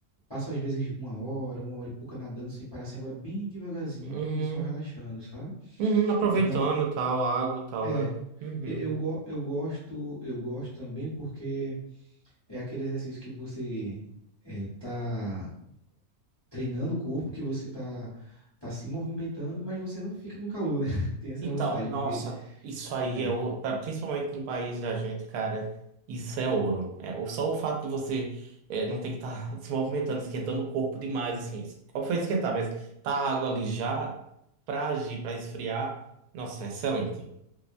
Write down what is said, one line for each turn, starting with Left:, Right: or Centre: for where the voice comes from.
Left: Passo às vezes uma hora, uma hora e pouca nadando sem parar, assim, agora bem devagarzinho,
Right: Uhum,
Left: só relaxando, sabe?
Right: uhum, aproveitando
Left: Então,
Right: e tal, a água e tal,
Left: é,
Right: né? Uhum.
Left: e- eu, go- eu gosto, eu gosto também porque é aquele exercício que você é, tá treinando o corpo, que você tá, tá se movimentando, mas você não fica com calor, né? <laughs> Tem essa
Right: Então,
Left: vantagem,
Right: nossa,
Left: porque,
Right: isso aí
Left: é,
Right: é, o- pra- principalmente no país da gente, cara, isso é ouro. É, o- só o fato de você é, não ter que estar <laughs> se movimentando, esquentando o corpo demais, assim. es- Óbvio que vai esquentar, mas tá a água ali já pra agir, pra esfriar. Nossa, é excelente.